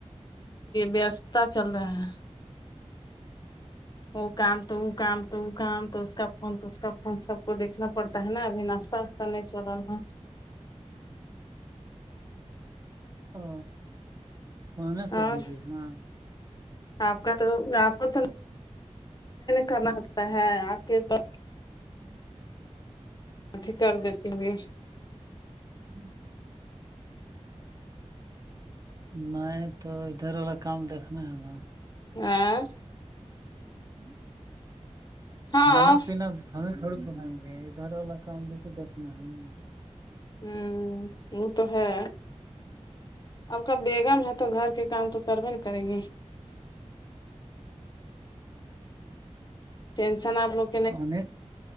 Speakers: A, on the left; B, on the right.
A: وستتا چل رہا ہے ا کام تو وہ کام تو ا کام تو اس کا فون تو اس کا فون سب کو دیکھنا پڑتا ہے نا ابھی ناش فستا نہیں چل ہا
B: او سونے
A: ہے
B: سے
A: اور
B: بھیجی ہاں
A: آپ کا تو آپ کو تو کرنا ہوتا ہے آپ کے تو
B: <inaudible>
A: اٹھی کر دیتی ہوئے
B: <inaudible> نہیں تو ادھر والا کام دیکھنا ہے نا
A: ہاں
B: <inaudible>
A: ہاں
B: کھانا
A: ہ
B: پینا ہمیں تھوڑی بنائیں گے ادھر والا کام بھی تو دیکھنا ہے نہیں
A: ہاں وہ تو ہے آپ کا بیگم ہے تو گھر کے کام تو کروے ن کرے گی ٹینشن آپوگ
B: ان